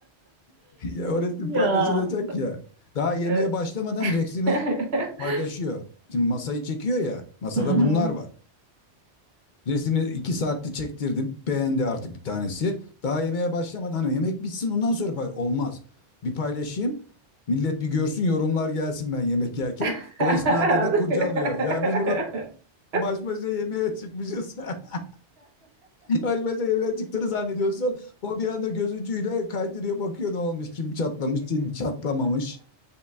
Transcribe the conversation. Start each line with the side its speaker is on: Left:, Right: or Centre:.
Left: Ya o resim
Right: Ya.
Left: paylaşılacak ya. Daha yemeğe
Right: Evet.
Left: başlamadan resmi
Right: <laughs>
Left: paylaşıyor. Şimdi masayı çekiyor ya. Masada
Right: Hı hı.
Left: bunlar var. Resmi iki saatte çektirdi. Beğendi artık bir tanesi. Daha yemeğe başlamadan hani yemek bitsin ondan sonra pay- olmaz. Bir paylaşayım. Millet bir görsün yorumlar gelsin ben yemek yerken.
Right: <laughs>
Left: O esnada da kurcalıyor. Ya biz burada baş başa yemeğe çıkmışız. <laughs> Baş başa yemeğe çıktığını zannediyorsun. O bir anda göz ucuyla kaydırıyor bakıyor ne olmuş kim çatlamış kim çatlamamış.